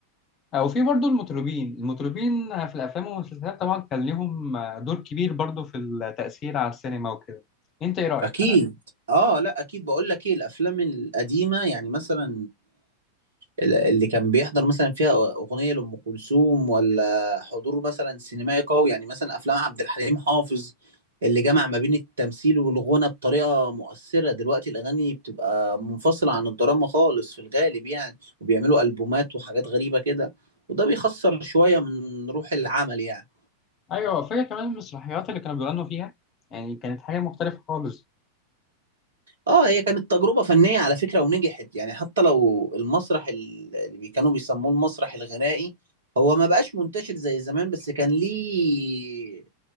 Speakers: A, on the left; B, on the right.
A: أو في برضو المطربين المطربين آه، في الأفلام والمسلسلات طبعا كان ليهم آه، دور كبير برضو في التأثير على السينما وكده أنت إيه رأيك؟
B: اكيد اه لا اكيد بقول لك ايه الافلام القديمه يعني مثلا ال- اللي كان بيحضر مثلا فيها اغنيه لام كلثوم ولا حضور مثلا سينمائي قوي يعني مثلا افلام عبد الحليم حافظ اللي جمع ما بين التمثيل والغنى بطريقه مؤثره دلوقتي الاغاني بتبقى منفصله عن الدراما خالص في الغالب يعني وبيعملوا البومات وحاجات غريبه كده وده بيخسر شويه من روح العمل يعني
A: أيوه فاكر كمان المسرحيات اللي كانوا بيغنوا فيها يعني كانت حاجة مختلفة خالص
B: اه هي كانت تجربة فنية على فكرة ونجحت يعني حتى لو المسرح ال- اللي بي- كانوا بيسموه المسرح الغنائي هو ما بقاش منتشر زي زمان بس كان ليه